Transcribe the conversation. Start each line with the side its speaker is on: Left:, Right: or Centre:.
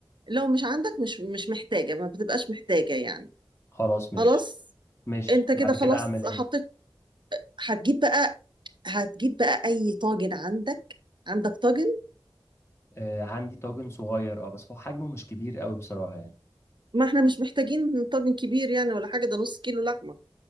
Right: لو مش عندك مش مش محتاجة ما بتبقاش محتاجة يعني
Left: خلاص ماشي
Right: خلاص
Left: ماشي
Right: انت كده
Left: بعد
Right: خلاص
Left: كده اعمل ايه
Right: حطيت هتجيب بقى هتجيب بقى اي طاجن عندك عندك طاجن
Left: آه عندي طاجن صغير اه بس هو حجمه مش كبير قوي بصراحه يعني
Right: ما احنا مش محتاجين طاجن كبير يعني ولا حاجة ده نص كيلو لحمة